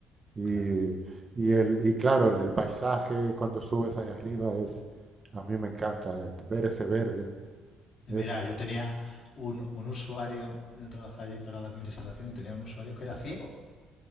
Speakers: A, on the right; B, on the left.
A: Y,
B: claro.
A: y el, y claro, el, el paisaje cuando subes ahí arriba es, a mí me encanta eh, ver ese verde.
B: Y
A: Es,
B: Mira, yo tenía un, un usuario, yo trabajaba allí para la administración y tenía un usuario que era ciego.